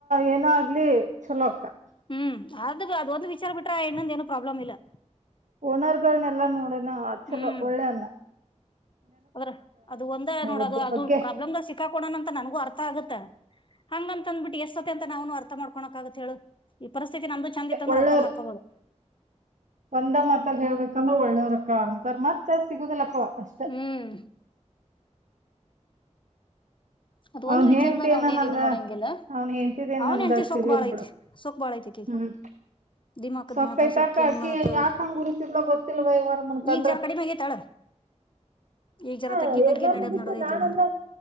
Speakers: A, on the right; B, on the left.
A: ಏನ ಆಗ್ಲಿ ಚಲೋ ಅಕ್ಕ
B: ಹ್ಮ್ ಆದ ಅದ ಒಂದು ವಿಚಾರ ಬಿಟ್ರ ಇನ್ನೊಂದ ಏನು ಪ್ರಾಬ್ಲಮ್ ಇಲ್ಲ
A: ಓನರ್ಗಳನೆ ಎಲ್ಲಾ ನೋಡಣ ಚಲೋ
B: ಹ್ಮ್.
A: ಒಳ್ಳೆ ಅ್ಣ
B: ಅದ್ರ ಅದು ಒಂದ ನೋಡದು
A: ಒಬ್ಬ್ರ
B: ಅದು
A: ಬಗ್ಗೆ
B: ಪ್ರಾಬ್ಲಮ್ ಸಿಕ್ಕಾಕೊಣಣ ಅಂತ ನನ್ಗೂ ಅರ್ಥ ಆಗತ್ತ ಹಂಗಂತಂದಬಿಟ್ಟಿ ಎಷ್ಟ ಅಂತ ನಾವ್ನು ಅರ್ಥ ಮಾಡ್ಕೋಕ್ ಆಗತ್ ಹೇಳು ಈ ಪರಿಸ್ಥಿತಿ ನಮ್ದು ಚಂದ ಇತ್ತಂದ್ರೆ
A: ಒಳ್ಳೇವ್ರ
B: ಅರ್ಥ ಮಾಡ್ಕೋಬಹದು
A: ಒಂದ ಮಾತಲ್ಲಿ ಹೇಳ್ಬೇಕಂದ್ರೆ ಒಳ್ಳೋವರ್ಕ್ಕ ಅಂತಾರ ಮತ್ತ ಸಿಗುದಿಲ್ಲಕ್ಕವ ಅಷ್ಟ
B: ಹ್ಮ್ ಅದ್ ಒಂದ್
A: ಅವನ್ <unintelligible>
B: ವಿಚಾರದಾಗ ಅವನೇನ್
A: ನನ್ನ
B: ಇದ್ ಮಾಡಂಗಿಲ್ಲ,
A: ಅವ್ನ್ ಹೆಂತಿದೇನ್
B: ಅವನ್
A: ನನ್ಗ
B: ಹೆಂಡತಿ
A: ಅಷ್ಟಿದೆ
B: ಸೊಕ್ಕ್ ಬಾಳ್
A: ಇಲ್
B: ಐತಿ,
A: ಬಿಿಡ
B: ಸೊಕ್ಕ್ ಬಾಳ್ ಐತಿ ಅಕಿಗ್
A: ಹ್ಮ್
B: ದಿಮಾಕದ್
A: ಸಕ್ತೈತ
B: ಮಾತ್ ಸೊಕ್ಕಿನ್
A: ಅಕ್ಕ ಅಕಿ
B: ಮಾತ್
A: ಯಾಕ ಹಂಗ ಗುರುಸಿದಲ ಗೊತ್ತಿಲ್ವವಾರ ಮನ್ಕೊಂಡ್ರೆ
B: ಈಗ ಜರಾ ಕಡಿಮಿ ಆಗೇತಿ ಅಳ, ಈಗ ಜರಾ
A: ಹ
B: ತಗ್ಗಿ ಬಗ್ಗಿ
A: ಎಲ್ಲ
B: ನಡೆದ್
A: ಬಿತ್ತು
B: ನಡದೈತಿ
A: ನಾನಂದ್ರ
B: ಈಗ,